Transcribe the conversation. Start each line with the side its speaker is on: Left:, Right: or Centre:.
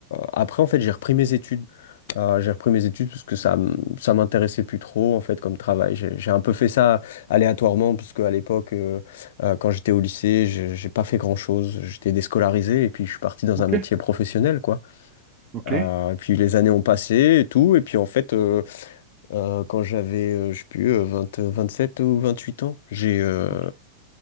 Left: après, en fait, j'ai repris mes études. Euh, j'ai repris mes études parce que ça, m- ça m'intéressait plus trop, en fait, comme travail. J'ai j'ai un peu fait ça aléatoirement, parce qu'à l'époque, euh, euh, quand j'étais au lycée, j'ai j'ai pas fait grand-chose. J'étais déscolarisé et puis je suis parti dans
Right: Ok.
Left: un métier professionnel, quoi.
Right: Ok.
Left: Euh, et puis les années ont passé et tout. Et puis, en fait, euh, euh, quand j'avais, euh, je sais plus, euh, 20, 27 ou 28 ans, j'ai euh,
Right: Ok.